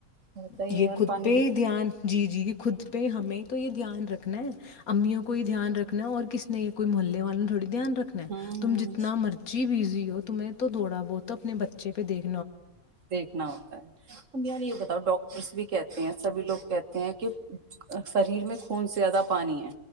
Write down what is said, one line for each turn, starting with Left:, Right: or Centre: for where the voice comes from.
Right: ہوتا ہی
Left: یہ
Right: ہے یار
Left: خود
Right: پانی
Left: پہ
Right: کی
Left: ہی دھیان جی جی خود پہ ہمیں تو یہ دھیان رکھنا ہے امیوں کو یہ دھیان رکھنا ہے اور کس نے یہ کوئی محلے والوں نے تھوڑی دھیان رکھ رکھنا ہے
Right: ہاں ہاں
Left: تم جتنا مرضی بزی ہو تمہیں تو دوڑا وہ تو اپنے بچے پہ دیکھ
Right: دیکھنا ہوتا ہے باری بتاؤ ڈاکٹرس بھی کہتے ہیں سبھی لوگ کہتے ہیں کہ شریر میں خون سے زیادہ پانی ہے